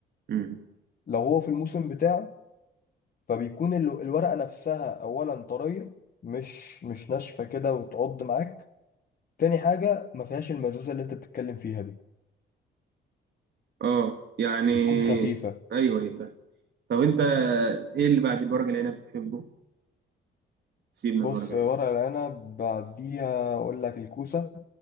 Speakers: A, on the right; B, on the left.
A: مم.
B: لو هو في الموسم بتاعه فبيكون ال- الورقة نفسها أولا طرية مش مش ناشفة كده وتعض معاك تاني حاجة ما فيهاش المزازة اللي انت بتتكلم فيها دي
A: اه يعني
B: بتكون خفيفة
A: ايوه ايوه فاهم. طب انت ايه اللي بعد ورق العنب بتحبه؟ سيبنا
B: بص
A: من ورق العنب
B: ورق العنب بعديها أقول لك الكوسة